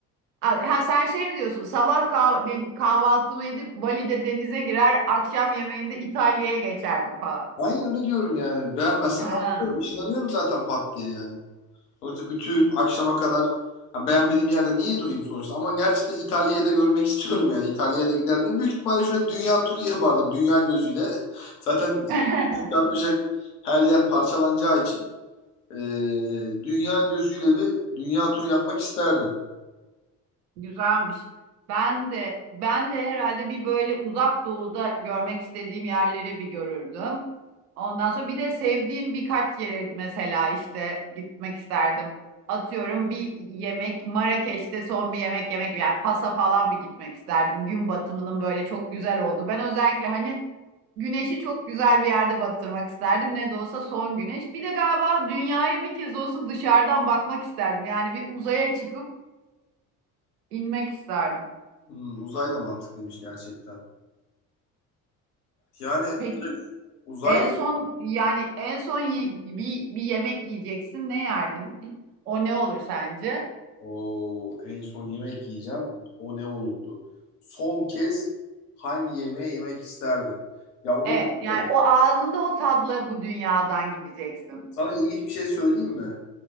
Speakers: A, on the right; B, on the left.
A: ha sen şey mi diyorsun? Sabah kah de- kahvaltımı edip Bali'de denize girer, akşam yemeğinde İtalya'ya geçerdim falan.
B: Aynen öyle diyorum yani. Beğenmezsem
A: Ha.
B: ben gidiyorum. Işınlanıyorum zaten pat diye yani. Sonuçta bütün akşama kadar ha, beğenmediğim yerde niye durayım sonuçta? Ama gerçekten İtalya'da görmek <laughs> istiyorum yani. İtalya'da giderdim. Ya Büyük ihtimalle şöyle bir dünya turu yapardım. Dünya gözüyle. <laughs> Zaten
A: <laughs>
B: çarpacak her yer parçalanacağı için. Ee, dünya gözüyle bir dünya turu yapmak isterdim.
A: Güzelmiş. Ben de ben de herhalde bir böyle uzak doğuda görmek istediğim yerleri bir görürdüm. Ondan sonra bir de sevdiğim birkaç yere mesela işte gitmek isterdim. Atıyorum bir yemek Marrakeş'te son bir yemek yemek yani Fas'a falan bir gitmek isterdim. Gün batımının böyle çok güzel oldu. Ben özellikle hani güneşi çok güzel bir yerde batırmak isterdim. Ne de olsa son güneş. Bir de galiba dünyaya bir kez olsun dışarıdan bakmak isterdim. Yani bir uzaya çıkıp inmek isterdim.
B: Hmm, uzay da mantıklıymış gerçekten. Yani
A: Peki
B: Uzay.
A: en son yani en son ye- bir, bir yemek yiyeceksin ne yerdin? O ne olur sence?
B: O en son yemek yiyeceğim. O ne olurdu? Son kez hangi yemeği yemek isterdim? Ya onu
A: Evet
B: bıraktım.
A: yani o ağzında o tadla bu dünyadan gideceksin.
B: Sana ilginç bir şey söyleyeyim mi?